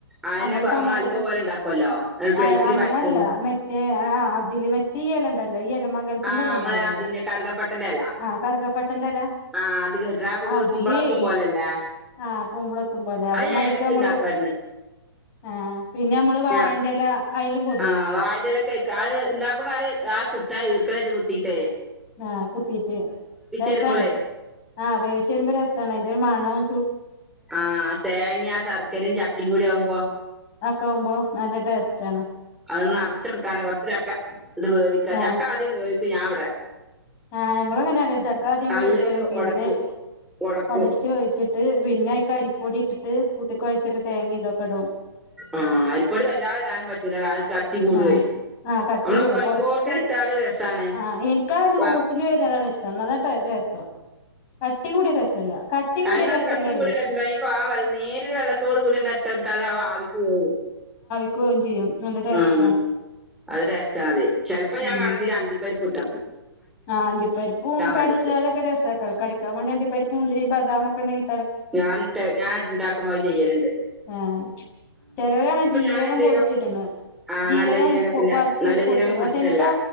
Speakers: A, in the centre; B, on the left (about 25°).
A: അതെന്നെ
B: നമ്മള് സമൂസക്ക്
A: അലുവ പോലെ ഉണ്ടാക്കുവല്ലോ
B: <unintelligible>
A: പ്ലേറ്റില്
B: അങ്ങനെയല്ല
A: പരത്തും
B: മറ്റെ ആഹ് അതില് മറ്റേഇഎലണ്ടല്ലോ ഈ എല. എലമംഗലത്തിന്റെ
A: ആഹ്
B: ഉണ്ടാവുമല്ലോ
A: മ്മള് അതിന്റെ കറുകപ്പട്ടന്റെല
B: ആഹ് കറുകപ്പട്ടന്റെ എല
A: ആഹ് അത് കേട്ട്.
B: അതില്
A: <unintelligible> കുമ്പളപ്പം പോലല്ലേ?
B: ആഹ് കുമ്പളെത്തും പോലെ അതേമാതിക്ക്
A: അത് ഞാൻ എടക്ക്
B: നമ്മള്
A: ഇണ്ടാക്കുവാർന്ന്.
B: ആഹ് പിന്നെ നമ്മള് വാഴന്റെ
A: ഞാ
B: എല അയിലും പൊതിയും
A: ആഹ് വായൻ്റെലെക്കാക്ക് അത് ഇണ്ടാക്കുമ്പോ അത് ആഹ് കുത്താ ഈർക്കലായിറ്റ് കുത്തീട്ടെ.
B: ആഹ് കുത്തീറ്റ് രസാണ്,
A: വരുമ്പളേ
B: ആഹ് വേവിച്ച് വരുമ്പോ രസാണ് അയ്ന്റെ ഒര മണോം
A: ആഹ് തേങ്ങയും ആ ശർക്കരയും ചക്കേം കൂടി ആവുമ്പോ.
B: ആക്കാവുമ്പോ നല്ല ടേസ്റ്റാണ്.
A: അതൊന്ന് നറച്ചൊടുക്കാനാ കൊറച്ച് ചക്ക ഇണ്ട് വേവിക്ക
B: ആഹ്
A: ചക്ക ആദ്യം വേവിക്കും ഞാൻ ഇവിടെ.
B: ആഹ് ഞങ്ങളും അങ്ങനാണ് ചക്ക ആദ്യം
A: നല്ലട്
B: വേവിച്ചും പിന്നെ
A: ഒടക്കും ഒടക്കും
B: അടച്ച് വേവിച്ചിട്ട് പിന്നെ ആയ്ക്ക് അരിപ്പൊടി ഇട്ടിട്ട് കൂട്ടിക്കൊഴച്ചിട്ട് തേങ്ങേ ഇതൊക്കെ ഇടും.
A: ആഹ് അരിപ്പൊടി വല്ലാതെ ഇടാനും പറ്റൂല്ല അഹ് അത് കട്ടി കൂടുവേ.
B: ആഹ് ആഹ് കട്ടിക്കൂടും
A: നമ്മളാ കൊയമ്പോട്ക്കനെ
B: കൊറച്ച്
A: ഇട്ടാലും രസാണ്
B: ആഹ് എനിക്കാ ലൂസില്
A: കൊ
B: വെര്ന്നതാണ് ഇഷ്ട്ടം അതാണ് രസം. കട്ടി കൂടിയാ രസല്ല. കട്ടി കൂടിയ
A: അതനെപറഞ്ഞെ
B: രസല്ലറേ
A: കട്ടിക്കൂട്യാരസല്ല <unintelligible> <unintelligible> നേരിയ വെള്ളത്തോട് കൂടി തന്ന ഇട്ടൊട്ത്താല് ആ ആവിക്ക് വേവും
B: ക്കേകും ചെയ്യും നല്ല ടെസ്റ്റ്‌
A: ഉം അത് രസാണ് അത് ചെലപ്പോ
B: ഉം
A: ഞാൻ കാണ ഇതിൽ അണ്ടിപരിപ്പ്ട്ട്
B: ആഹ് അണ്ടിപ്പരിപ്പൂ കടിച്ചാലൊക്കെ
A: വേണ്ടീട്ട്
B: രസാക്കാരം കടിക്കാൻ വേണ്ടി അണ്ടി പപ്പരിപ്പും മുന്തിരി ബദാമൊക്ക ഇണ്ടെങ്കി.
A: ഞാനിട്ടെ ഞാൻ ഇണ്ടാക്കുമ്പോ അത് ചെയ്യല്ണ്ട്.
B: ആഹ് ചെലരാണ ജീരകം
A: ഞാൻ എന്ത്
B: പൊടിച്ചിട്ണ്.
A: ചെയ്യും ആ
B: ജീരകം
A: നല്ല ജീരകത്തിന്റെ
B: വറുത്ത്
A: നല്ല
B: പൊടിച്ചിടും
A: ജീരകം പൊടിച്ചിട്ടല്ല
B: പക്ഷെ എനിക്കാ